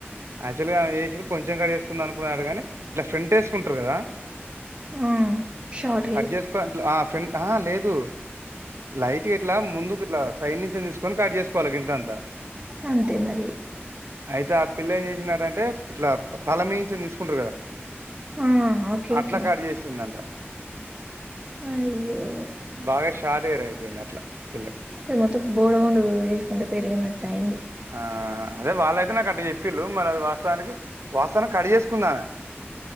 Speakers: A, on the right; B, on the right.
A: యాక్చువల్గా అమె చేసింది కొంచెం గా చేసుకుంది అనుకున్నారు గాని ఇట్లా ఫ్రెంట్ ఏసుకుంటారు కదా
B: ఆ షార్ట్ హెయిర్
A: కట్ చేసుకో ఆ ఫ్రెండ్ ఆహ్ లేదు లైట్ గిట్లా ముందుకు ఇట్లా సైడ్ నుంచిని తీసుకొని కట్ చేసుకోవాలి గంత అంత
B: అంతే మరి
A: అయితే ఆ పిల్ల ఏం చేసిందటంటే ఇట్లా తల మీంచే తీసుకుంటారు కదా
B: ఆ ఓకే
A: అట్ల
B: ఓకే
A: కడు చేసిందంట
B: అయ్యో
A: బాగా షాట్ హేర్ అయిపోయింది అట్లా పిల్లకు
B: <inaudible> మొత్తం బోడగుండు వేసుకుంటే పెరిగినట్టు అయింది
A: ఆ అదే వాళ్ళైతే నాకు అట్ట చెప్పిళ్ళు మరది వాస్తవానికి వాస్తవాన్ని కడు చేసుకుందామే